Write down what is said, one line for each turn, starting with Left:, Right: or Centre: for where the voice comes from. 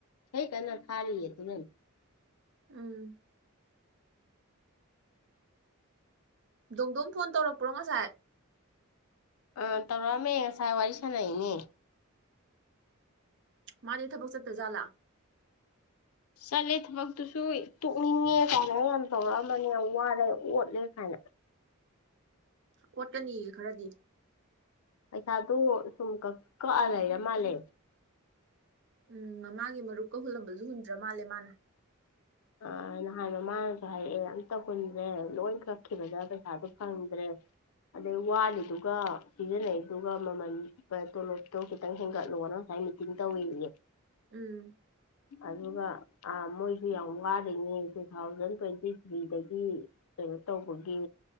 Left: ꯑꯩ ꯀꯤꯟꯅ ꯊꯥꯔꯤꯌꯦ ꯑꯗꯨꯅꯅꯦ
Right: ꯎꯝ ꯗꯣꯡꯗꯣꯝ ꯐꯣꯟ ꯇꯧꯔꯛꯄ꯭ꯔꯣ ꯉꯁꯥꯏ
Left: ꯑꯥ ꯇꯧꯔꯛꯑꯝꯃꯦ ꯉꯁꯥꯏ ꯋꯥꯔꯤ ꯁꯥꯟꯅꯩꯅꯦ
Right: ꯃꯥꯗꯤ ꯊꯕꯛ ꯆꯠꯇꯖꯠꯂꯥ
Left: ꯆꯠꯂꯦ ꯊꯕꯛꯇꯨꯁꯨ ꯇꯣꯛꯅꯤꯡꯉꯦ ꯀꯥꯏꯅ ꯌꯥꯝ ꯇꯧꯔꯛꯑꯝꯕꯅꯤ ꯌꯥꯝ ꯋꯥꯔꯦ ꯑꯣꯠꯂꯦ ꯀꯥꯏꯅ
Right: ꯑꯣꯠꯀꯅꯤꯌꯦ ꯈꯔꯗꯤ
Left: ꯄꯩꯁꯥꯗꯨ ꯁꯨꯝ ꯀ ꯀꯛꯑ ꯂꯩꯔ ꯃꯥꯜꯂꯦ
Right: ꯎꯝ ꯃꯃꯥꯒꯤ ꯃꯔꯨꯞꯀ ꯍꯨꯜꯂꯝꯕꯁꯨ ꯍꯨꯟꯗ꯭ꯔ ꯃꯥꯜꯂꯦ ꯃꯥꯅ
Left: ꯑ ꯅꯍꯥꯟ ꯃꯃꯥꯅꯁꯨ ꯍꯥꯏꯔꯛꯑꯦ ꯑꯝꯇ ꯍꯨꯟꯗ꯭ꯔꯦ ꯂꯣꯏ ꯀꯛꯈꯤꯕꯗ ꯄꯩꯁꯥꯁꯨ ꯐꯪꯗ꯭ꯔꯦ ꯑꯗꯩ ꯋꯥꯂꯤꯗꯨꯒ ꯁꯤꯖꯤꯟꯅꯩꯗꯨꯒ ꯃꯃꯟ ꯇꯣꯂꯣꯞꯇꯣ ꯈꯤꯇꯪ ꯍꯦꯟꯒꯠꯂꯣꯅ ꯉꯁꯥꯏ ꯃꯤ ꯑꯗꯨ ꯇꯧꯋꯦꯑꯦ
Right: ꯎꯝ
Left: ꯑꯗꯨꯒ ꯑꯥ ꯃꯣꯏꯁꯨ ꯌꯥꯎꯅ ꯋꯥꯔꯤꯅꯤ ꯇꯨ ꯊꯥꯎꯖꯟ ꯇ꯭ꯋꯦꯟꯇꯤ ꯊ꯭ꯔꯤꯗꯒꯤ ꯀꯩꯅꯣ ꯇꯧꯕꯒꯤ